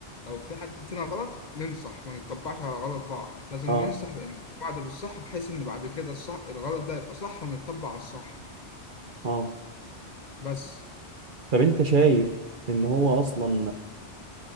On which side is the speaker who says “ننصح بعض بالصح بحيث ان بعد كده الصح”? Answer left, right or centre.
Left